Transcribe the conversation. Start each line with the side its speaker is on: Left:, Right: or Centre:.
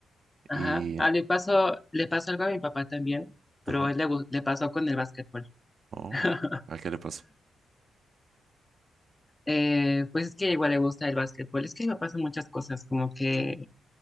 Left: Ajá.
Right: Y,
Left: Ah, le pasó, le pasó algo a mi papá también, pero
Right: ajá,
Left: a él le, gu- le pasó con el básquetbol.
Right: oh,
Left: <laughs>
Right: ¿a qué le pasó?
Left: Eh, pues es que igual le gusta el básquetbol. Es que me pasan muchas cosas, como que